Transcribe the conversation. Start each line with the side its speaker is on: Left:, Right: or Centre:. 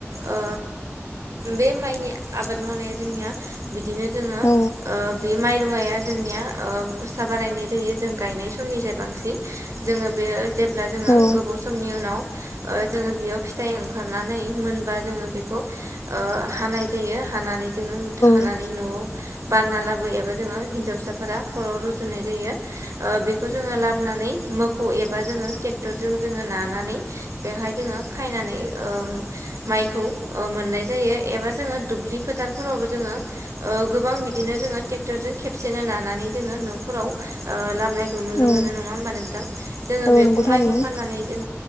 Right: ओ बे माइनि आबाद मावनाया जोंनिया, बिदिनो जोङो
Left: औ
Right: ओ बे माइरुवाया जोंनिया ओ गुसा बारायनाय जायो जों गायनाय समनिफ्राय बांसिन। जोङो बेयो जेब्ला जोङो
Left: औ
Right: गोबोव समनि उनाव ओ जोङो बेयाव फिथाइ ओंखारनानै मोनबा जोङो बे <unintelligible> ओ हानाय जायो हानानै जोङो मुथा हानानै
Left: औ औ
Right: न'आव बानना लाबोयो एबा जोङो हिनजावसाफोरा खर' रुजु दोन्नाय जायो। ओ बेखौ जोङो लाबोनानै मोखौ एबा जोङो टेक्टरजों जोङो ना नानै बेहाय जोङो खायनानै ओ-माइखौ मोननाय जायो एबा जोङो दुब्लि फोथारफोरावबो जोङो ओ गोबां बिदिनो जोङो ट्रेक्टरजों खेबसेनो नानानै जोङो न'फोराव ओ लामनाय नुनो
Left: औ
Right: मोन नङा होम्बा नोंथां। जोङो
Left: औ
Right: बेखौ
Left: नंगौ थारैनो
Right: माइखौ फाननानै जों